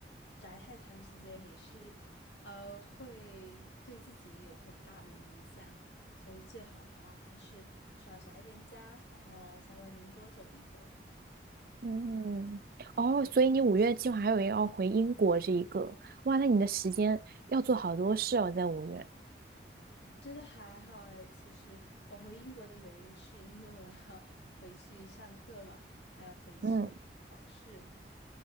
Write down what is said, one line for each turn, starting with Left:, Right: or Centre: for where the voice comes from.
Left: 宅太长时间也是呃会对自己有很大的影响，所以最好的话还是少宅点家，然后在外面多走一走。
Right: 嗯，哦，所以你五月计划还有要回英国这一个，哇，那你的时间要做好多事哦，在五月。
Left: 觉得还好哎，其实我回英国的原因是因为我要 <laughs> 回去上课嘛，还要回去考试。
Right: 嗯，